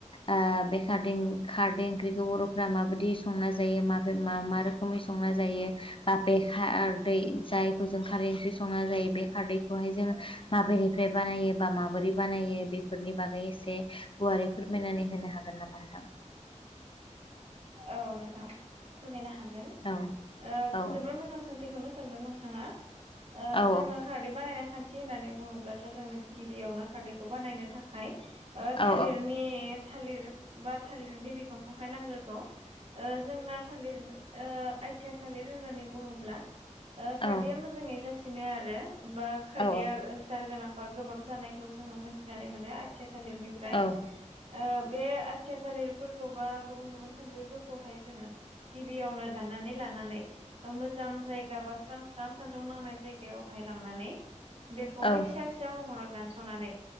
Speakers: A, on the left; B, on the right.
A: ओ बे खारदै खारदै ओंख्रिखौ बर'फोरा माबादि संना जायो माजों मा मा रोखोमै संना जायो बा बेे खारदै जाय जों खारै ओंख्रि संना जायो बे खारदैखौहाय जोङो माबेनिफ्राय बानायो बा माबोरै बानायो बे फोरनि बागै एसे गुवारै फोरमायनानै होनो हागोन नामा नोंथां?
B: औ नोंथां फोरमायनो हागोन।
A: औ
B: ओ
A: औ
B: जोबोर मोजां सोंथिखौनो सोंदों नोंथाङा। ओ
A: औ
B: जोङो खारै बानायनाय खान्थि होननानै बुङोब्लाथ' जोंनो गिबियावनो खारदैखौ बानायनो थाखाय ओ
A: औ
B: थालिरनि थालिर बा थालिरनि बिफांखौहाय नांग्रोगौ। जोंना थालिर आइथिया थालिर होननानै बुङोब्ला खारदैया
A: औ
B: मो जाङै जासिनो आरो बा खारदया
A: औ
B: सार गोनां बा गोबाब जानाय खौ जोङो मिथिनानै मोनो आया थालिरनिफ्राय।
A: औ
B: ओ बे खुथिया थालिरफोरखौ बा गुबुन गुबुन थालिरफोरखौहाय जोङो गिबियावनो दाननानै लानानै मोजां जायगा बा स्रां स्रां सान्दुं नांनाय जाय गायावहाय लांनानै बेखौहाय
A: औ
B: फिसा फिसा महराव दानस'नानै